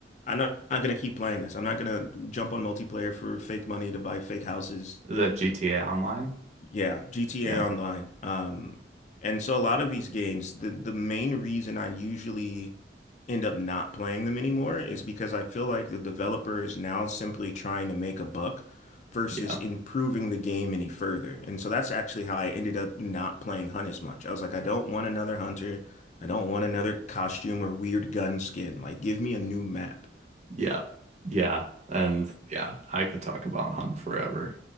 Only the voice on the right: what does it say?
Is that GTA Online?
Yeah.
Yeah.
Yeah. Yeah. And yeah, I could talk about Hunt forever.